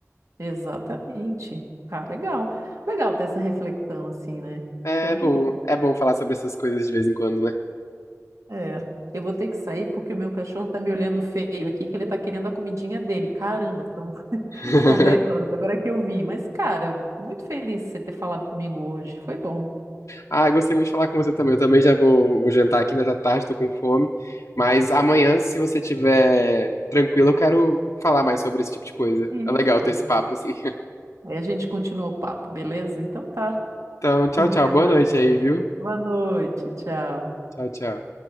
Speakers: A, on the right; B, on the left.
A: exatamente. Tá, legal. Legal ter essa reflexão assim, né?
B: É
A: Show de
B: bom,
A: bola.
B: é bom falar sobre essas coisas de vez em quando, né?
A: É. Eu vou ter que sair porque o meu cachorro tá me olhando feio aqui, que ele tá querendo a comidinha dele. Caramba, são
B: <laughs>
A: São 10 horas, agora que eu vi. Mas, cara, muito feliz de você ter falado comigo hoje. Foi bom.
B: Ah, gostei muito de falar com você também. Eu também já vou, vou jantar aqui nessa tarde, tô com fome. Mas amanhã, se você tiver tranquilo, eu quero falar mais sobre esse tipo de coisa.
A: Isso.
B: É legal ter esse papo, assim. <laughs>
A: Aí a gente continua o papo, beleza? Então tá.
B: Então, tchau,
A: Até
B: tchau. Boa
A: mais.
B: noite aí, viu?
A: Boa noite. Tchau.
B: Tchau, tchau.